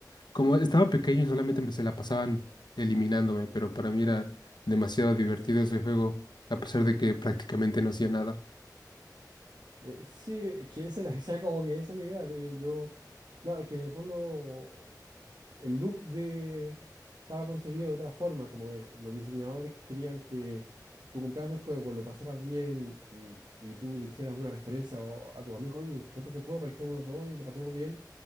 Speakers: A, on the left; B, on the right.
A: como estaba pequeño, solamente me se la pasaban eliminándome, pero para mí era demasiado divertido ese juego, a pesar de que prácticamente no hacía nada.
B: Eh, sí, es que esa, esa <laughs> como que esa es la idea. de- Yo, claro, es que en el fondo el loop de estaba concebido de otra forma, como eh, los diseñadores querían que tú compraras el juego, lo pasaras bien y, y tú dijeras una referencia o- a, tu amigo, oye, compra este juego para que juguemos los dos y lo pasemos bien.